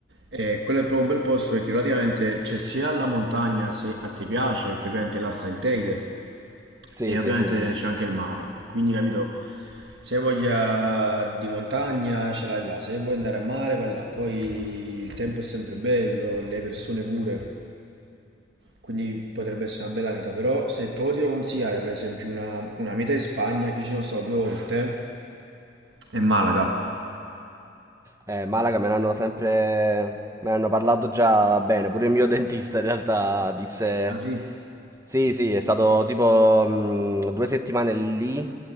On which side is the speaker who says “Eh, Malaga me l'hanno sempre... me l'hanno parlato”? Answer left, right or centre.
Right